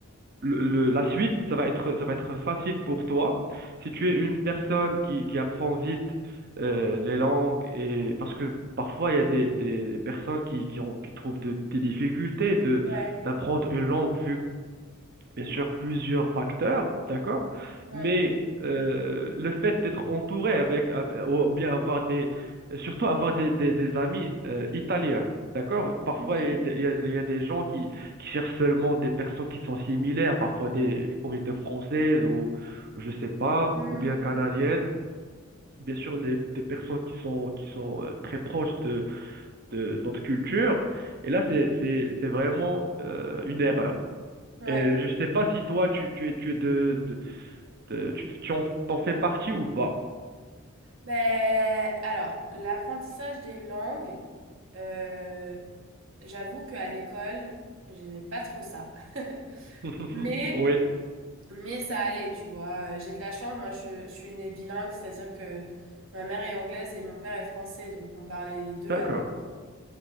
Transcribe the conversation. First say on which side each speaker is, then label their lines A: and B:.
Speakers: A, on the right (about 50°); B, on the right (about 70°).
A: le- le- la suite, ça va être, ça va être facile pour toi. Si tu es une personne qui, qui apprend vite euh, les langues, et parce que parfois il y a des, des, des personnes qui, qui ont, qui trouvent de- des difficultés de,
B: ouais.
A: d'apprendre une langue vu bien sûr plusieurs facteurs, d'accord?
B: ouais.
A: Mais euh, le fait d'être entouré avec, avec- ou bien avoir des, surtout avoir des, des, des amis euh, italiens, d'accord? Parfois,
B: Oui.
A: il y a des, il y a- il y a des gens qui, qui cherchent seulement des personnes qui sont similaires, parfois des, une communauté française ou je sais pas,
B: Hmm,
A: ou bien canadienne. Bien sûr, les, des personnes qui sont, qui sont euh, très proches de, de notre culture. Et là, c'est, c'est, c'est vraiment euh, une erreur.
B: ouais.
A: Et je sais pas si toi, tu, tu es, tu es de, de- de- tu, tu en, t'en fais partie ou pas.
B: Ben, alors, l'apprentissage des langues, euh, j'avoue qu'à l'école, j'aimais pas trop ça. <laughs>
A: <laughs>
B: Mais
A: Oui,
B: Mais ça allait, tu vois. Euh, J'ai de la chance, moi je, je suis née bilingue, c'est-à-dire que ma mère est anglaise et mon père est français, donc on parlait les deux
A: d'accord,
B: à la maison.